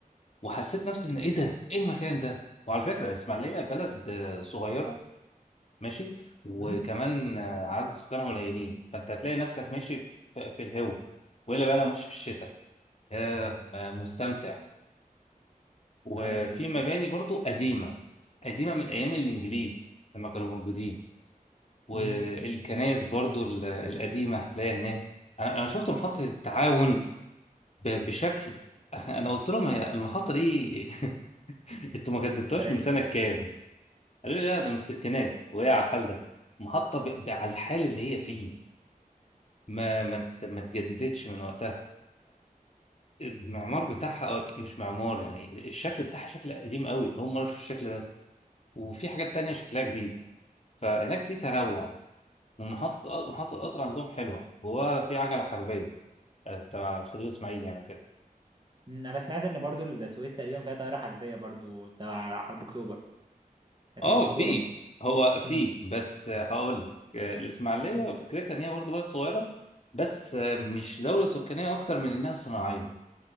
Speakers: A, on the left; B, on the right.
A: وحسيت نفسي ان ايه ده ايه المكان ده وعلى فكره الاسماعيليه بلد آه، صغيره ماشي وكمان
B: امم
A: آه، عدد سكانها قليلين فانت هتلاقي نفسك ماشي في, في الهو والا بقى لو ماشي في الشتاء ياه آه، مستمتع وفي
B: اه لذيذ
A: مباني برضو قديمه قديمه من ايام الانجليز لما كانوا موجودين والكنائس
B: امم
A: برضو ال- القديمه هتلاقيها هناك انا انا شفت محطه التعاون ب- بشكل <laughs> انا أنا قلت لهم هي المحطه دي <laughs> انتوا ما جددتوهاش
B: اثريه
A: من سنه كام قالوا لي لا ده من الستينات وهي على الحال ده محطة ب- ب- على الحال اللي هي فيه ما ما ت- ما اتجددتش من وقتها فالمعمار بتاعها أو مش معمار يعني الشكل بتاعها شكل قديم قوي أول مرة أشوف الشكل ده وفي حاجات تانية شكلها جديد فهناك في تنوع ومحطة محطة القطر عندهم حلوة وهو في عجلة حربية آه، تبع الخديوي إسماعيل يعني
B: مم، انا سمعت ان برضو السويس تقريبا فيها طائرة حربية برضو تبع حرب اكتوبر في
A: اه
B: المنصورة
A: في هو في
B: مم،
A: بس هقول لك آه، الاسماعيليه
B: مم،
A: فكرتها ان هي برضه بلد صغيره بس آه، مش دوله سكانيه اكتر من انها صناعيه